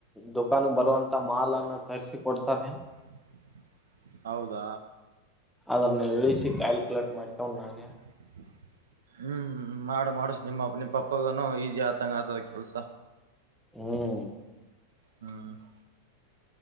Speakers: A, in the centre; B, on the right.
A: ದುಕಾನ್ ಗೆ ಬರುವಂತ ಮಾಲ್ನ್ನ ತರಿಸಿ ಕೊಡ್ತಾರೆ
B: <inaudible> ಹೌದಾ
A: ಅದನ್ನ ಇಳಿಸಿ ಕ್ಯಾಲ್ಕುಲೇಟ್ ಮಾಡ್ಕೊವ ನಾನೇ.
B: <inaudible> ಹ್ಮ್ ಹ್ಮ್ ಮಾಡ ಮಾಡಸ ನಿಮ್ಮ ಪಪ್ಪಗ ಈಸಿ ಆತಂಗ ಆತದ ಕೆಲ್ಸ.
A: ಹ್ಮ್
B: <inaudible>